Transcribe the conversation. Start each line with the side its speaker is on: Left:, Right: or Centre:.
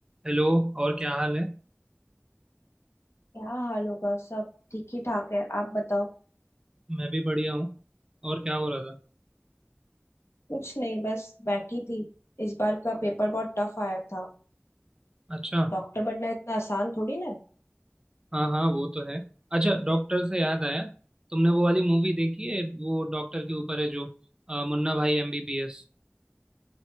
Right: Hello और क्या हाल है
Left: क्या हाल होगा सब ठीक ही ठाक है आप बताओ
Right: मैं भी बढ़िया हूँ और क्या हो रहा था
Left: कुछ नहीं बस बैठी थी इस बार का पेपर बहुत टफ आया था
Right: अच्छा
Left: डॉक्टर बनना इतना आसान थोड़ी ना है।
Right: हाँ हाँ वो तो है अच्छा डॉक्टर से याद आया तुमने वो वाली मूवी देखी है वो डॉक्टर के ऊपर है जो अ, मुन्ना भाई एमबीबीएस